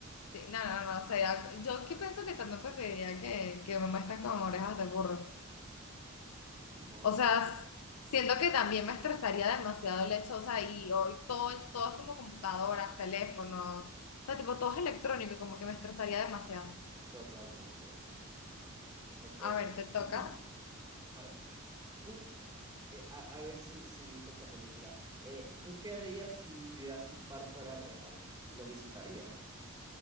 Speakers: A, on the left; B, on the right.
A: Sí, no, no, no, o sea, yo que pienso que también preferiría que, que me muestren con orejas de burro.
B: Ni modo.
A: O sea, siento que también me estresaría demasiado el hecho, o sea, y hoy todo, todo es como computadoras, teléfonos, o sea, tipo, todo es electrónico y como que me estresaría demasiado.
B: <laughs> Totalmente. Ok.
A: A ver, te
B: <clears throat>
A: toca.
B: A ver, ¿tú eh, a, a ver si, si viste esta película. Eh, ¿tú qué harías si Jurassic Park fuera real? ¿Lo visitarías?